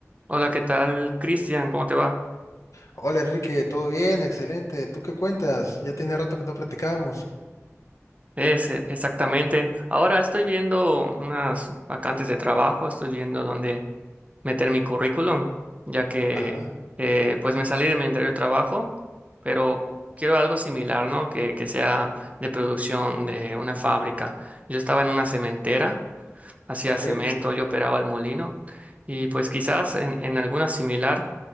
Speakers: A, on the right; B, on the left.
A: Hola, ¿qué tal, Cristian? ¿Cómo te va?
B: Hola Enrique, ¿todo bien? Excelente. ¿Tú qué cuentas? Ya tiene rato que no platicábamos.
A: Es eh, exactamente. Ahora estoy viendo unas vacantes de trabajo, estoy viendo dónde meter mi currículum, ya que
B: Ajá,
A: eh, pues me salí de mi anterior trabajo, pero quiero algo similar, ¿no? Que, que sea de producción de una fábrica. Yo estaba en una cementera hacía
B: ok.
A: cemento, yo operaba el molino y pues quizás en, en alguna similar,